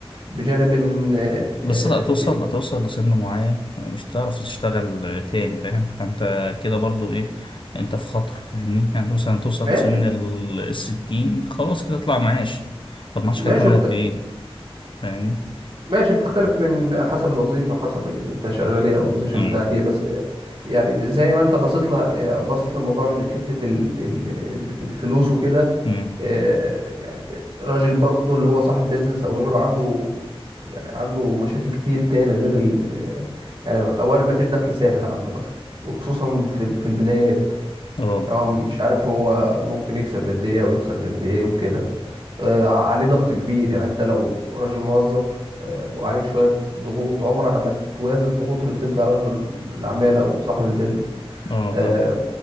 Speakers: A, on the right (about 55°); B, on the left (about 55°).
A: بجانب ان آه،
B: بس هتوصل هتوصل لسن معين مش هتعرف تشتغل تاني فاهم فانت كده برضو ايه انت في خطر فاهمني يعني انت مثلا توصل
A: ماشي
B: لسن ال- الستين خلاص كده اطلع معاش طب معاشك
A: ماشي
B: هيكون
A: بت...
B: قد ايه فاهمني
A: ماشي بتختلف من حسب الوظيفة حسب ال- انت شغال ايه او البوزيشن
B: امم
A: بتاعك ايه بس يعني زي ما انت باصص لها يعني باصص للموضوع من حتة ال... ال... ال- الفلوس وكده
B: امم
A: آه، يعني راجل برضو اللي هو صاحب بيزنس او غيره عنده يعني عنده مشاكل كتير تاني غير ال... آه، يعني اولا ما فيش دخل ثابت عنده مثلا وخصوصا في ال- في البدايات
B: اه
A: هو مش عارف هو ممكن يكسب قد ايه او يخسر قد ايه وكده آه، عليه ضغط كبير يعني انت لو راجل موظف آه، وعليك شوية ضغوط عمرها ما توازي الضغوط اللي بتبقى على رجل الأعمال أو صاحب البيزنس
B: اه
A: آه،
B: فاهم